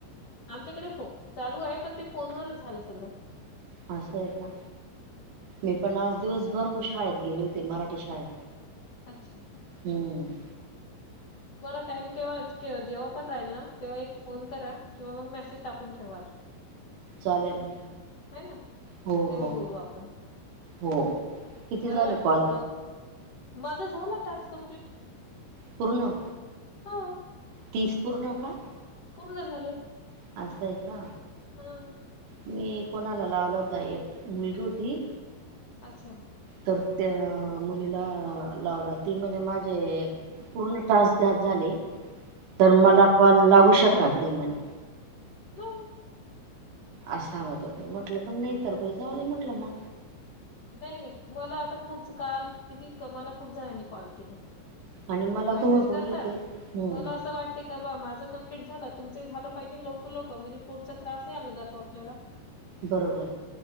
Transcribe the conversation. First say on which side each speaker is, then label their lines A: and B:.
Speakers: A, on the left; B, on the right.
A: आमच्याकडे फ चालू आहे पण ते फोनवरच झालं सगड.
B: असं आहे का मी पण आज दिवसभर शाळेत गेले होते मराठी शाळेत.
A: अच्छा.
B: हम्म.
A: तुम्हाला टाइम केव्हा जेव्हा पण राहील ना तेव्हा एक फोन करा. किंवा मग मेसेज टाकून ठेवाल.
B: चालेल ना
A: है ना
B: हो
A: तेव्हा
B: हो
A: बोलू आपण.
B: हो. किती
A: बरं
B: झाले
A: वाटत
B: कॉल
A: थोडं माझा झाला टास्क कंप्लीट.
B: पूर्ण?
A: हां.
B: तीस पूर्ण का?
A: पूर्ण झाले.
B: असं आहे का?
A: हां.
B: मी कोणाला लावला होता एक मुलगी होती
A: अच्छा.
B: तर त्या मुलीला लावला ती म्हणे माझे पूर्ण टास्क झा झाले तर
A: हां.
B: मला कॉल लावू शकत नाही म्हणे.
A: नाही.
B: अस सांगत होते म्हटले पण नाही तर बाई झाले म्हटलं मग.
A: नाही नाही मला आता खूप ज काल किती मला खूप जणांनी कॉल केले.
B: आणि मला
A: मेसेज
B: तुम्ही बोलले
A: करतात
B: होते हम्म
A: मला असं वाट ते का बा माझं कंप्लीट झालं तुमच झालं पाहिजे लवक लोक म्हणजे पुढचा त्रास आला जातो आपल्याला.
B: बरोबर.